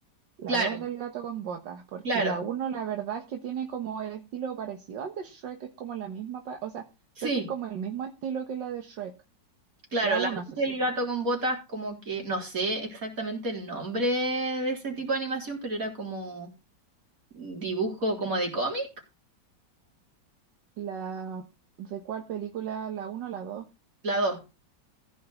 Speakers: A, on the right; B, on the right.
A: la
B: Claro,
A: dos del gato con botas, porque
B: claro.
A: la uno la verdad es que tiene como el estilo parecido al de Shrek, es como la misma, pa- o sea,
B: Sí.
A: creo que es como el mismo estilo que la de Shrek,
B: Claro,
A: la
B: la
A: uno,
B: voz
A: eso
B: del
A: sí, po.
B: gato con botas, como que no sé exactamente el nombre de ese tipo de animación, pero era como dibujo como de cómic.
A: La, ¿de cuál película? La uno, o la dos.
B: La dos,